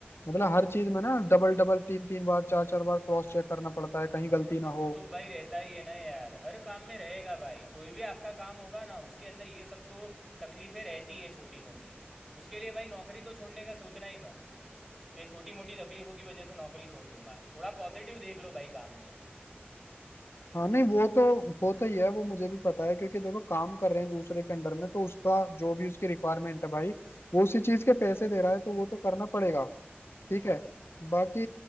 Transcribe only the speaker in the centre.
हाँ
भाई
वो
तो भाई रहता ही है ना यार हर काम में रहेगा भाई कोई भी आपका काम होगा ना उसके अंदर ये सब तो तकलीफें रहती है छोटी मोटी उसके लिए भाई नौकरी तो छोड़ने का सोचना ही मत कि छोटी मोटी तकलीफों की वजह से नौकरी छोड़ दूंगा थोड़ा पॉजिटिव देख लो भाई काम में
हाँ
भाई